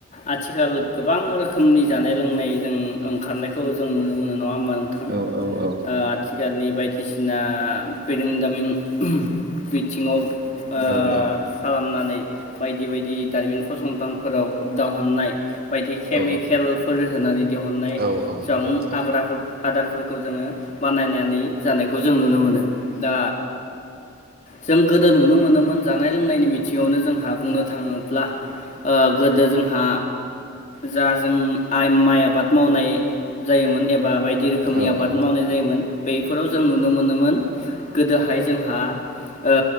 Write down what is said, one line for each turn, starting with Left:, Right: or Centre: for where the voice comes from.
Left: आथिखाल गोबां रोखोमनि जानाय लोंनाय जों ओंखारनायखौ जों नुनो मोनो नङा होमबा नोंथां ओ
Right: औ औ औ
Left: आथिखालनि बायदिसिना बेरोंदामिन बिथिङाव ओ
Right: औ औ
Left: खालामनानै बायदि बायदि दारिमिन फसंथानफोराव दहुननाय बायदि केमिकेलफोर
Right: औ
Left: होनानै दिहुननाय
Right: औ औ
Left: जुं
Right: औ औ
Left: आग्राफोर आदारफोरखौ जोङो बानायनानै जानायखौ जों नुनो मोनो दा जों गोदो नुनो मोनोमोन जानाय जानाय लोंनायनि बिथिङावनो जोंहा बुंनो थाङोब्ला ओ गोदो जोंहा जा जों आइ माइ आबाद मावनाय जायोमोन एबा बायदि रोखोमनि
Right: औ
Left: आबाद
Right: औ औ
Left: मावनाय जायोमोन बैफोराव जों नुनो मोनोमोन गोदोहाय जोंहा ओ